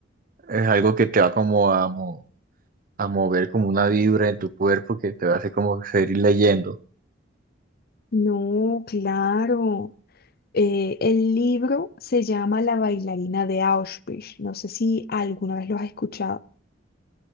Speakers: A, on the right; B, on the left.
A: es algo que te va como a, mo- a mover como una vibra en tu cuerpo que te va a hacer como seguir leyendo.
B: No, claro. Eh, el libro se llama La bailarina de Auschwitz. No sé si alguna vez lo has escuchado.